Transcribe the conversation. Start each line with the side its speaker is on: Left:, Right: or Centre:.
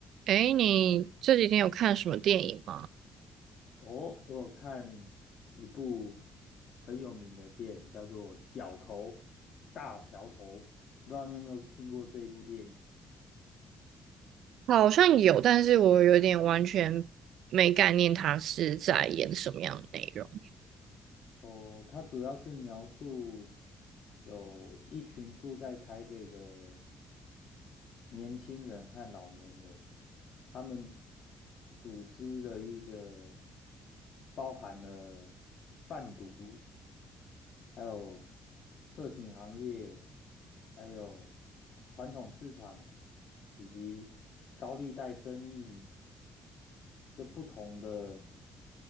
Right: 诶，你这几天有看什么电影吗？
Left: 哦，我有看一部很有名的片，叫做《角头大桥头》，不知道你有没有听过这部电影？
Right: 好像有，但是我有点完全没概念，他是在演什么样的内容。
Left: 哦，它主要是描述有一群住在台北的年轻人和老年人，他们组织了一个包含了贩毒。还有色情行业，还有传统市场，以及高利贷生意，这不同的